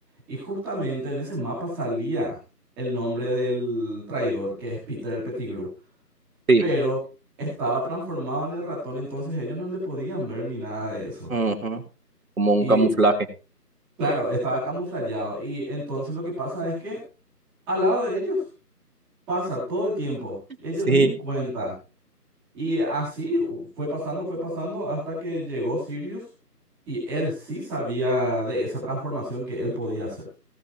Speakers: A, in the centre; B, on the right.
A: Y justamente en ese mapa salía el nombre del traidor, que es Peter Pettigrew.
B: sí,
A: Pero estaba transformado en el ratón, entonces ellos no le podían ver ni nada de eso.
B: ujú, como un
A: Y
B: camuflaje,
A: claro, estaba camuflado. Y entonces lo que pasa es que al lado de ellos pasa todo el tiempo. Ellos
B: sí,
A: ni cuenta. Y así u- fue pasando, fue pasando hasta que llegó Sirius y él sí sabía de esa transformación que él podía hacer.